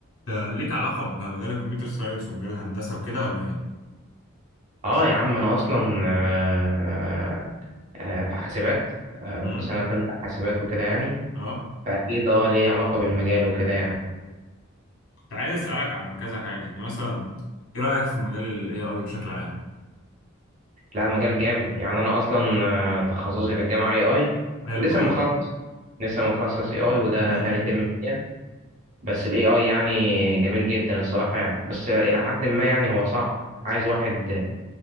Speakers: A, on the left; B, on the right.
A: ده ليك علاقة بمجال الكمبيوتر ساينس ومجال الهندسة وكده ولا ايه؟
B: اه يا عم انا اصلا آه، آه، في حاسبات آه،
A: امم
B: في سنه تالته حاسبات وكده يعني
A: اه
B: فاكيد اه ليه علاقه بالمجال وكده يعني
A: كنت عايز اسألك عن كذا حاجة يعني مثلا ايه رأيك في مجال ال AI بشكل عام؟
B: لا مجال جامد يعني انا اصلا آه، تخصصي في الجامعه اي اي
A: حلو
B: لسه
A: قوي
B: متخصص لسه متخصص اي اي وده
A: امم
B: تاني ترم ليا بس الاي اي يعني جميل جدا الصراحه يعني بس الى حد ما يعني هو صعب عايز واحد